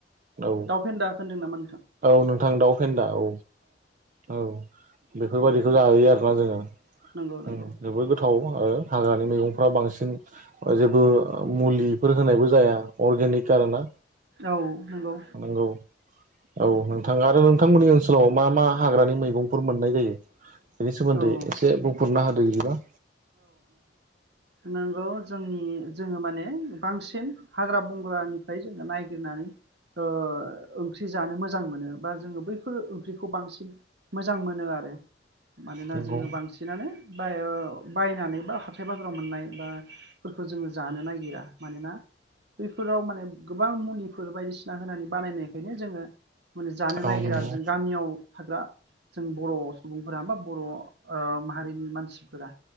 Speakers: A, on the right (about 45°); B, on the right (about 65°).
A: औ
B: दाउ फेन्दा होनदों नामा नोंथां।
A: औ नोंथां दाउ फेन्दा औ औ बेफोरबायदिखौ
B: बेबो मोनसे
A: जायो आरोना जोङो
B: नंगौ नंगौ
A: जोबोद गोथाव आरो हाग्रानि मैगंफ्रा बांसिन जेबो मुलिफोर होनायबो जाया अर्गेनिक खा आरोना
B: औ नंगौ।
A: नंगौ औ नोंथां आरो नोंथांमोननि ओनसोलाव मा मा हाग्रानि मैगंफोर मोननाय जायो। बेनि सोमोन्दै
B: औ
A: एसे बुंफोरना होदो बिदिबा
B: नोंगौ जोंनि जोङो माने बांसिन हाग्रा बंग्रानिफ्राय जोङो नायगिरनानै ओ ओंख्रि जानो मोजां मोनो बा जोङो बैफोर ओंख्रिखौ बांसिन मोजां मोनो आरो मानोना
A: नंगौ
B: जोङो बांसिनानो बा बायनानै बा हाब थाइ बाजाराव मोननाय बाफोरखौ जोङो जानो नागिरा मानोना बैफोराव माने गोबां मुलिफोर बायदिसिना होनानै बानायनायखायनो जोङो माने जानो नागिरा
A: औ नंगौ
B: जों गामियाव थाग्रा जों बर' सुबुंफोरा बा बर' ओ माहारिनि मानसिफोरा